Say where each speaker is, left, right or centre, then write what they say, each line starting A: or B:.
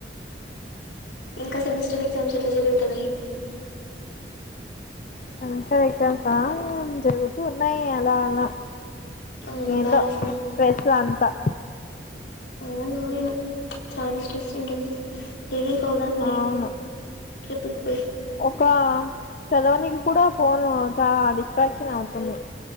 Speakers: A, on the left; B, on the left.
A: ఇంక సెమిస్టర్ ఎగ్జామ్స్ ఎట్ల జరుగుతున్నయి?
B: సెమిస్టర్ ఎక్సమ్సా జరుగుతూ ఉన్నాయి అలా అలా
A: అవునా
B: ఏందో
A: బాగా రాస్తున్నావా
B: స్ట్రెస్ అంతా
A: అవునూ చాన స్ట్రెస్ ఉంటుంది. తిని ఫోదంలే
B: అవును
A: ట్రిపిక్ పి
B: ఒక చదవనికి కూడా ఫోను చాలా డిస్ట్రాక్షన్ అవుతుంది